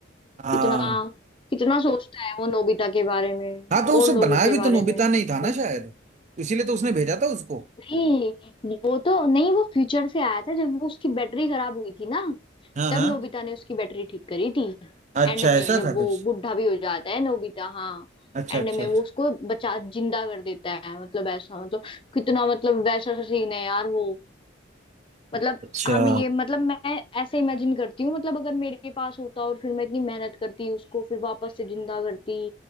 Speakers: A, on the right; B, on the left.
A: हाँ
B: कितना कितना सोचता है वो नोबिता के बारे में
A: हाँ तो
B: और
A: उसे
B: लोगों
A: बनाया
B: के
A: भी
B: बारे
A: तो नोबिता
B: में मतलब
A: नहीं था ना शायद इसीलिए तो उसने भेजा था उसको
B: नहीं वो तो नहीं वो फ्यूचर से आया था जब वो उसकी बैटरी खराब हुई थी ना
A: हाँ
B: तब
A: हाँ
B: नोबिता ने उसकी बैटरी ठीक करी थी
A: अच्छा
B: एंड में
A: ऐसा
B: जब
A: था
B: वो
A: कुछ
B: बुढ़ा भी हो जाता है नोबिता हाँ
A: अच्छा
B: एंड
A: अच्छा
B: में
A: अच्छा
B: वो उसको बचा जिंदा कर देता है मतलब ऐसा मतलब कितना मतलब वैसा सा सीन है यार वो मतलब
A: अच्छा,
B: हम ये मतलब मैं ऐसे इमेजिन करती हूँ मतलब अगर मेरे पास होता और फिर मैं इतनी मेहनत करती उसको फिर वापस से जिंदा करती